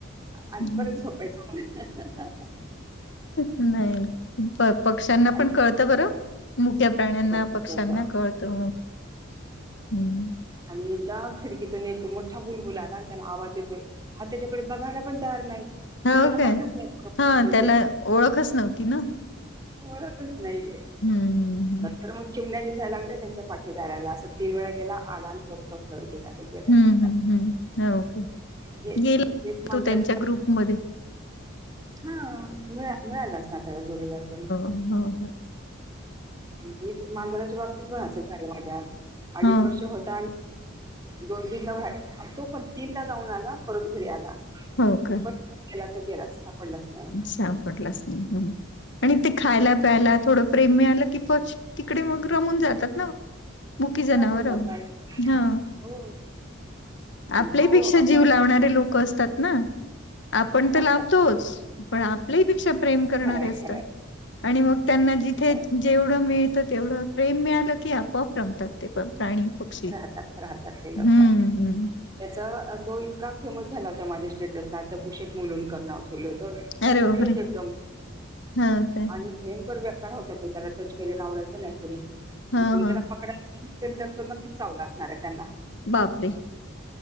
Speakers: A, on the left (about 60°); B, on the right (about 20°).
A: हम्म.
B: आणि परत झोपायच म्हला
A: नाही प पक्ष्यांना
B: आणि
A: पण कळतं बरं मुक्या प्राण्यांना
B: कळतं
A: पक्ष्यांना
B: कळतं
A: कळत तर हम्.
B: आणि एकदा खिडकीतून एक मोठा बुलबुला आला आणि त्याला आवाज देतोय हा त्याच्याकडे बघायला पण तयार नाही.
A: हाव
B: तर त्याला
A: काय
B: माहितच नाही कोण
A: हा
B: बोलतंय
A: त्याला
B: ते
A: ओळखच नव्हती ना.
B: ओळखच नाही आहे.
A: हम्म, हम्म
B: नंतर मग चिमण्या दिसायलागले त्यांच्या पाठी दयला. असं तीन वेळा गेला आलान. करत हो गेला तर गेलाच
A: हम्म
B: जा.
A: हम्म हम्म हो का
B: हे
A: गेला
B: हेच मांजराच्या
A: तो त्यांच्या
B: बाबतीत
A: ग्रुपमध्ये
B: हा मिळा मिळाला असता त्याला जोडीदार पण.
A: हा हा.
B: हेच मांजराच्या बाबतीत पण असं झालं. माझ्या अडीच
A: हं.
B: वर्ष होता आणि दोन तीनदा बाहेर. तो पण तीनदा जाऊन आला. परत घरी आला आणि
A: हो का
B: पर गेला तो गेलाच सापडलाच नाही मग.
A: सापडलाच नाही आणि ते खायला प्यायला थोडं प्रेम मिळालं की पच तिकडे मग रमून जातात ना. मुकी जनावर.
B: खरं म्हणून जातात
A: हा.
B: हो
A: आपल्यापेक्षा
B: पण तो
A: जीव
B: अ,
A: लावणारे लोक असतात ना. आपण तर
B: असतात
A: लाव तोच
B: असतात
A: पण आपल्याही पेक्षा प्रेम करणारे
B: खरंय
A: असतात.
B: खरंय
A: आणि मग त्यांना जिथे
B: खरंय.
A: जेवढं मिळतं तेवढं प्रेम मिळालं की आपोआप रमतात ते. प्राणी, पक्षी
B: राहतात राहतात ते लोक
A: हम्म हम्म.
B: त्याचा तो इतका फेमस झाला होता माझ्या स्टेटसला. डब्बूशेट मुलूनकर नाव ठेवलं होतं.
A: अरे
B: सफद
A: बापरे
B: एकदम.
A: हा काय
B: आणि भयंकर बेकार होता तो. त्याला टच केलेला आवडायचा नाही कोणी. म्हणजे
A: हा
B: कोणी
A: हा
B: तेला पकडाल की तो त्याला नक्कीच चावला असत. नारे त्याना
A: बापरे